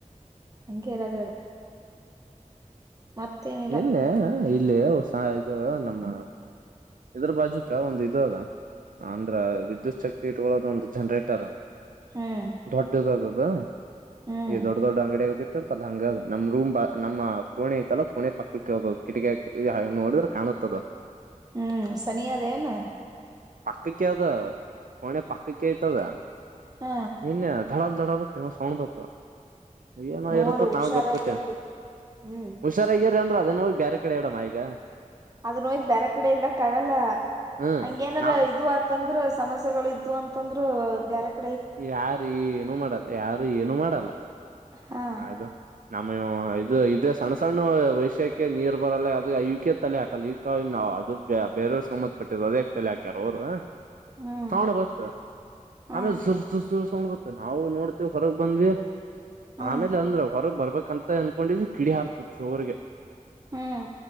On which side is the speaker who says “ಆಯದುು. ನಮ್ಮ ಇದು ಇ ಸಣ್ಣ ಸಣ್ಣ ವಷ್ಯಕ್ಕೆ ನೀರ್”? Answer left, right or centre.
Right